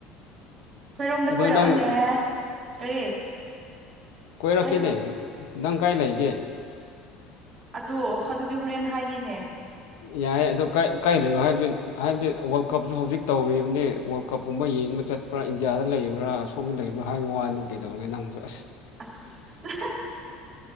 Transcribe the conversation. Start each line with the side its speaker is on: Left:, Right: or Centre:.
Right: ꯑꯩꯈꯣꯏꯔꯣꯝꯗ
Left: ꯑꯗꯣ
Right: ꯀꯣꯏꯔꯛꯑꯣꯅꯦ
Left: ꯅꯪ
Right: ꯀꯔꯤ
Left: ꯀꯣꯏꯔꯛꯀꯦꯅꯦ
Right: ꯍꯥꯏꯌꯣ
Left: ꯅꯪ ꯀꯥꯏ ꯂꯩꯒꯦ
Right: ꯑꯗꯣ ꯑꯗꯨꯗꯤ ꯍꯣꯔꯦꯟ ꯍꯥꯏꯒꯦꯅꯦ
Left: ꯌꯥꯏ ꯑꯗꯣ ꯀꯥꯏ ꯂꯩꯒꯣ ꯍꯥꯏꯕꯗꯤ ꯍꯥꯏꯕꯗꯤ ꯋꯥꯔꯜ ꯀꯞꯁꯨ ꯍꯧꯖꯤꯛ ꯇꯧꯔꯤꯕꯅꯤ ꯋꯥꯔꯜ ꯀꯞꯀꯨꯝꯕ ꯌꯦꯡꯕ ꯆꯠ ꯄꯨꯔꯥ ꯏꯟꯗꯤꯌꯥꯗ ꯂꯩꯔꯤꯕ꯭ꯔꯥ ꯑ ꯁꯣꯝꯗ ꯂꯩꯕ꯭ꯔꯥ ꯍꯥꯏꯕ ꯋꯥꯅꯤ ꯀꯩꯗꯧꯔꯒꯦ ꯅꯪꯁꯨ ꯑꯁ <inaudible>
Right: ꯑꯁ